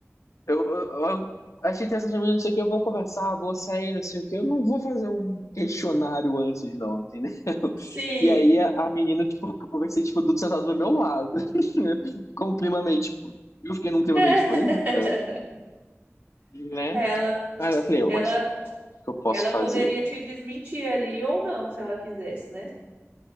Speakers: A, on the left; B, on the right.
A: eu, eu, eu achei interessante, mas não sei o que, eu vou conversar, vou sair, não sei o que, eu não vou fazer um questionário antes, não, entendeu? <laughs>
B: sim.
A: E aí a, a menina, tipo, eu conversei, tipo, tudo sentado do meu lado, <laughs> com o clima meio, tipo, eu fiquei num clima
B: <laughs>
A: meio, tipo, eita, né?
B: Ela,
A: Aí eu falei,
B: ela,
A: oxe, o que eu posso
B: ela poderia
A: fazer?
B: te desmentir ali ou não, se ela quisesse, né?